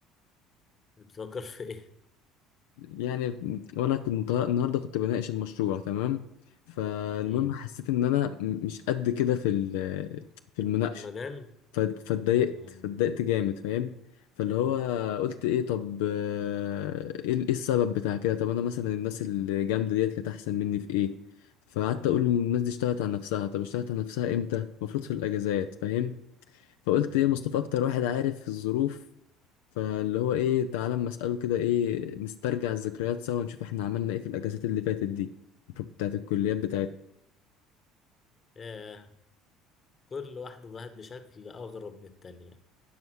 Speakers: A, on the left (about 35°); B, on the left (about 80°).
A: بتفكر في ايه
B: يعني وانا كنت النهارده كنت بناقش المشروع تمام فالمهم
A: مم،
B: حسيت ان انا م- مش قد كده في ال- في المناقشه
A: في المجال
B: ف- فاتضايقت
A: اه
B: فاتضايقت جامد فاهم فاللي هو
A: مم،
B: قلت ايه طب آه، ايه ال- إيه السبب بتاع كده طب انا مثلا الناس الجامده ديت كانت احسن مني في ايه فقعدت اقول إن الناس دي اشتغلت على نفسها طب اشتغلت على نفسها امتى المفروض في الاجازات فاهم فقلت
A: مم.
B: ايه مصطفى اكتر واحد عارف الظروف فاللي هو ايه تعالى اما اساله كده ايه نسترجع الذكريات سوا ونشوف احنا عملنا ايه في الاجازات اللي فاتت دي بتاعت الكليات بتاعتنا
A: ياه، كل واحدة ضاعت بشكل اغرب من التانية